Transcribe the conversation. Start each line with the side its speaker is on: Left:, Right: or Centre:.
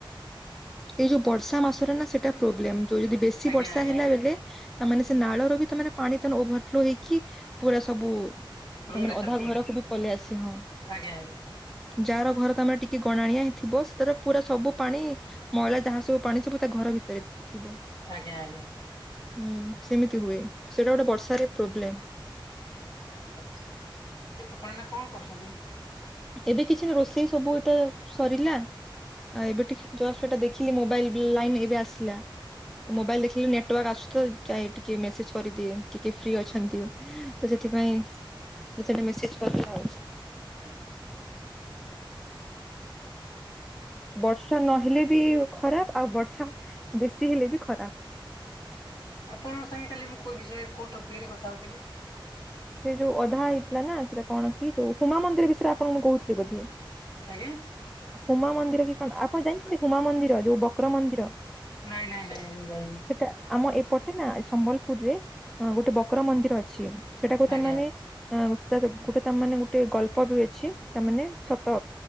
Centre: ଏଇ ଯୋଉ ବର୍ଷା ମାସରେ ନା ସେଟା ପ୍ରୋବ୍ଲେମ୍ ଯୋଉ ଯଦି ବେଶୀ
Left: ଆଜ୍ଞା
Centre: ବର୍ଷା
Left: ଆଜ୍ଞା
Centre: ହେଲା ବେଲେ ତା ମାନେ ସେ ନାଳର ବି ତା ମାନେ ପାଣି ତାନେ ଓଭରଫ୍ଲୋ ହେଇକି ପୁରା ସବୁ
Left: ରୋଡରେ
Centre: ତା ମାନେ
Left: ଚାଲୁଛି।
Centre: ଅଧା ଘରକୁ ବି ପଲେଇ ଆସି ହଁ।
Left: ଆଜ୍ଞା ଆଜ୍ଞା
Centre: ଯାର ଘର ତୋମର ଟିକେ ଗଣାଣିଆ ହେଇଥିବ ସେଥିରେ ପୁରା ସବୁ ପାଣି ମଇଳା ଯାହା ସବୁ ପାଣି ସବୁ ତା ଘର ଭିତରେ ଥିବ।
Left: ଆଜ୍ଞା ଆଜ୍ଞା
Centre: ହୁଁ, ସେମିତି ହୁଏ ସେଇଟା ଗୋଟେ ବର୍ଷାରେ ପ୍ରୋବ୍ଲେମ୍।
Left: ଆଚ୍ଛା ଆପଣ ଏଇନା କଣ କରୁଛନ୍ତି?
Centre: ଏବେ କିଛି ନା ରୋଷେଇ ସବୁ ଏଟା ସରିଲା। ଆଉ ଏବେ ଟିକେ ଜଷ୍ଟ ସେଟା ଦେଖିଲି ମୋବାଇଲ୍ ବି ଲାଇନି ଏବେ ଆସିଲା। ତ
Left: ଆଜ୍ଞା
Centre: ମୋବାଇଲ୍ ଦେଖିଲୁ ନେଟୱାର୍କ ଆସଥୁ ଚାଏ ଟିକେ ମେସେଜ୍ କରିଦିଏ ଟିକେ ଫ୍ରି ଅଛନ୍ତି ତ ସେଥିପାଇଁ ତ ସେଟା ମେସେଜ୍ କଲା ଆଉ।
Left: ଆଜ୍ଞା।
Centre: ବର୍ଷା ନହେଲେ ବି ଖରାପ ଆଉ ବର୍ଷା ବେଶୀ ହେଲେ ବି ଖରାପ।
Left: ଆପଣଙ୍କ ସାଙ୍ଗେ କାଲି ମୁଁ କୋଉ ବିଷୟରେ କୋଉ ଟପିକ୍ ରେ କଥା ହଉଥିଲି?
Centre: ସେ ଯୋଉ ଅଧା ହେଇଥିଲା ନା ସେଇଟା କଣ କି ଯୋଉ ହୁମା ମନ୍ଦିର ବିଷୟରେ ଆପଣଙ୍କୁ ମୁଁ କହୁଥିଲି ବୋଧେ?
Left: ଆଜ୍ଞା।
Centre: ହୁମା ମନ୍ଦିର କି କଣ ଆପଣ ଜାଣିଛନ୍ତି ହୁମା ମନ୍ଦିର ଯୋଉ ବକ୍ର ମନ୍ଦିର?
Left: ନାଇଁ ନାଇଁ ନାଇଁ ମୁଁ ଯାଇନି।
Centre: ସେଟା ଆମ ଏପଟେ ନା ଏ ସମ୍ବଲପୁରରେ ଅଁ, ଗୋଟେ ବକ୍ର ମନ୍ଦିର ଅଛି। ସେଟାକୁ
Left: ଆଜ୍ଞା
Centre: ତାମାନେ
Left: ଯାଇନି
Centre: ଅଁ, ସେ ତ ଗୋଟେ ତାମାନେ ଗୋଟେ ଗଳ୍ପ ବି ଅଛି। ତାମାନେ ସତ